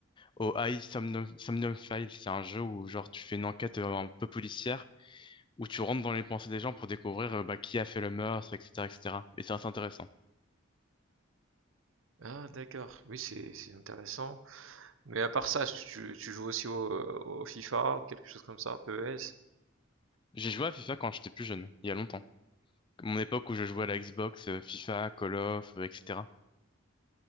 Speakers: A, on the left; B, on the right.
A: au High Somnium, Somnium Files. C'est un jeu où genre tu fais une enquête euh, un peu policière où tu rentres dans les pensées des gens pour découvrir euh, bah, qui a fait le meurtre etc etc. Et cetera. Et c'est assez intéressant.
B: Ah d'accord, oui c'est c'est intéressant. Mais à part ça, tu, tu joues aussi au, au FIFA, quelque chose comme ça, PES?
A: J'ai joué à FIFA quand j'étais plus jeune, il y a longtemps. Mon époque où je jouais à la Xbox, euh, FIFA, Call of, euh, etc.